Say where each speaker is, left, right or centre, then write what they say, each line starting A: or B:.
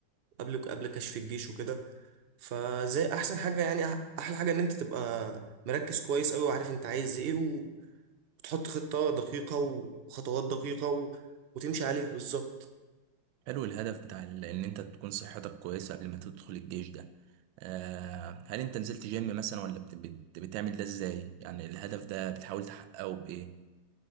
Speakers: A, on the right; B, on the right.
A: قبل قبل كشف الجيش وكده فزي احسن حاجه يعني أح- احلى حاجه ان انت تبقى مركز كويس قوي وعارف انت عايز ايه و- وتحط خطه دقيقه و- وخطوات دقيقه و... وتمشي عليها بالظبط
B: حلو الهدف بتاع ال- إن أنت تكون صحتك كويسة قبل ما تدخل الجيش ده آه، هل أنت نزلت جيم مثلا ولا بت- بت- بتعمل ده إزاي؟ يعني الهدف ده بتحاول تحققه بإيه؟